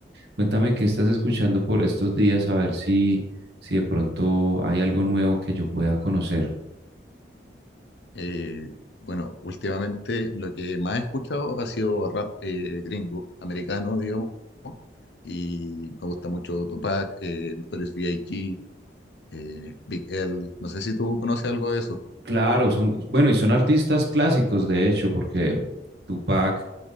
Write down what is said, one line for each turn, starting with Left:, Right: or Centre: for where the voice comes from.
Right: cuéntame qué estás escuchando por estos días, a ver si, si de pronto hay algo nuevo que yo pueda conocer.
Left: Eh, bueno, últimamente lo que más he escuchado ha sido rap eh, gringo, americano, digamos, y me gusta mucho Tupac, eh, Notorious B.I.G., eh, Big L, no sé si tú conoces algo de eso.
Right: Claro, son, bueno, y son artistas clásicos, de hecho, porque Tupac,